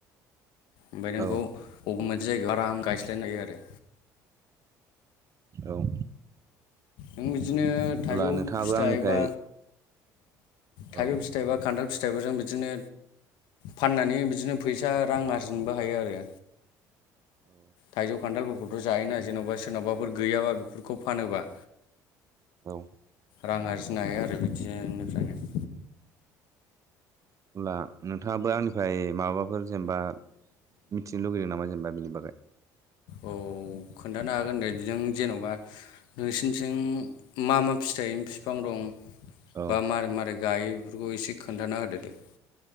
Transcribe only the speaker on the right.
औ
औ
अब्ला
नोंथाङाबो
आंनिफ्राय
औ
औ
औ
अब्ला नोंथाङाबो आंनिफ्राय माबाफोर जेनेबा मिथिनो लुगैदों नामा जेनेबा बिनि बागै
औ